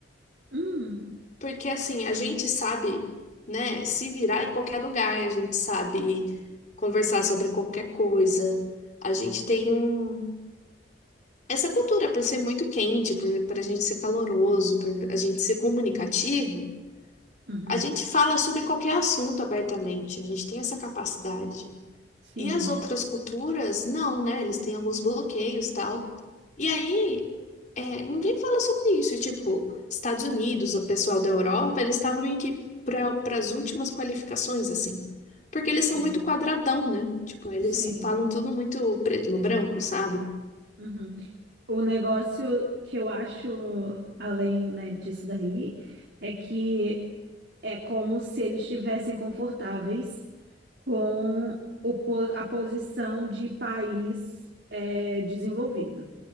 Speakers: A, on the right (about 65°); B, on the left (about 45°).
A: Uhum.
B: Porque, assim, a gente sabe, né, se virar em qualquer lugar, a gente sabe conversar sobre qualquer coisa. A gente tem um... essa cultura, por ser muito quente, por, por a gente ser caloroso, por a gente ser comunicativo,
A: Uhum.
B: a gente fala sobre qualquer assunto abertamente. A gente tem essa capacidade.
A: Sim,
B: E as outras culturas, não, né? Eles têm alguns bloqueios tal. E aí, é, ninguém fala sobre isso. E, Tipo, Estados Unidos, o pessoal da Europa, eles estavam meio que para as últimas qualificações, assim. Porque eles
A: sei.
B: são muito quadradão, né? Tipo, eles
A: Sim.
B: falam tudo muito preto no branco, sabe?
A: Uhum. O negócio que eu acho, além, né, disso daí, é que é como se eles estivessem confortáveis. com o po- a posição de país eh, desenvolvido.